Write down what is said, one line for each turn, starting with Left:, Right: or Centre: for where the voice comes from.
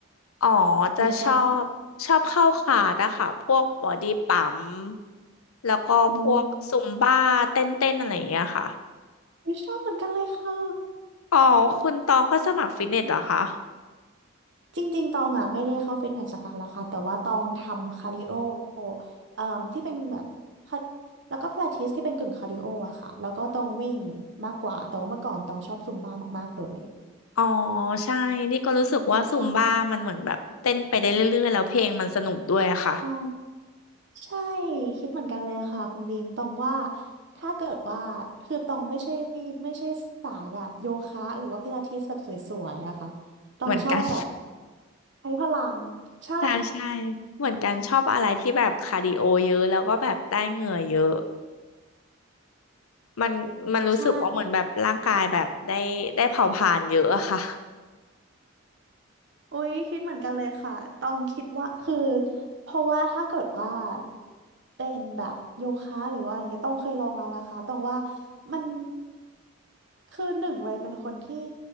Left: อ๋อจะชอบชอบเข้าคลาสอะค่ะพวกบอดี้ปั๊ม
Right: หรือคลับ
Left: แล้วก็พวกซุมบ้าเต้นเต้นอะไรอย่างเงี้ยค่ะ
Right: อู้ไม่ชอบเหมือนกันเลยค่ะ
Left: อ๋อคุณตองก็สมัครฟิตเนสเหรอคะ
Right: จริงๆ ตองอ่ะไม่ได้เข้าฟิตเนสสักพักแล้วค่ะแต่ว่าตองทำคาร์ดิโอเอ่มที่เป็นแบบคาร์แล้วก็พิลาทิสที่เป็นกึ่งคาร์ดิโออะค่ะแล้วก็ตองวิ่งมากกว่าแต่ว่าเมื่อก่อนตองชอบซุมบ้ามากๆเลย
Left: อ๋อใช่นี่ก็รู้สึกว่าซุมบ้ามันเหมือนแบบเต้นไปได้เรื่อยๆแล้วเพลงมันสนุกด้วยอะค่ะ
Right: ใช่ใช่ใช่คิดเหมือนกันเลยค่ะคุณบีมตองว่าถ้าเกิดว่าคือตองไม่ใช่ไม่ใช่สายแบบโยคะหรือว่าพิลาทิสแบบสวยๆอะค่ะตองชอบแบบ
Left: เหมือนกัน
Right: ใช้พลังใช่
Left: <laughs> ใช่ใช่เหมือนกันชอบอะไรที่แบบคาร์ดิโอเยอะแล้วก็แบบได้เหงื่อเยอะมันมันรู้สึกว่าเหมือนแบบร่างกายแบบได้ได้เผาผลาญเยอะอะค่ะ
Right: ใช่ อุ้ยคิดเหมือนกันเลยค่ะต้องคิดว่าคือเพราะว่าถ้าเกิดว่าเป็นแบบโยคะหรือว่าอะไรเงี้ยต้องเคยลองแล้วนะคะต้องว่ามันคือหนึ่งเลยเป็นคนที่